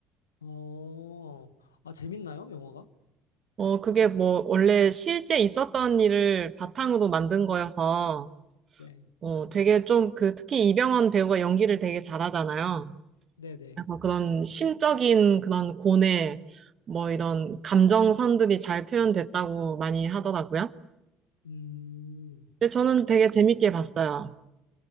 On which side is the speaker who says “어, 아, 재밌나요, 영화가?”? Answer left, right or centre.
Left